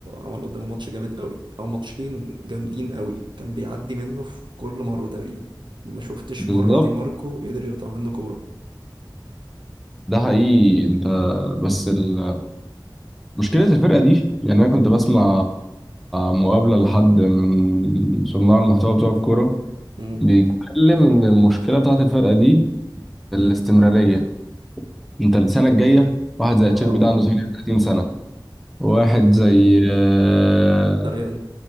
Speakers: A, on the right; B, in the centre.
A: عمل قدامه ماتش جامد قوي أو ماتشين جامدين قوي كان بيعدي منه في كل مرة تقريبا ما شفتش
B: بالظبط
A: مرة دي ماركو قدر يقطع منه كورة
B: ده حقيقي انت بس ال... مشكلة الفرقة دي يعني انا كنت بسمع مقابلة لحد من صناع المحتوى بتوع الكورة
A: امم
B: بيتكلم ان المشكلة بتاعت الفرقة دي الاستمرارية انت السنة الجاية واحد زي
A: اه
B: تشيربي ده عنده 30 سنة واحد
A: بالظبط.
B: زي آه،
A: طريقا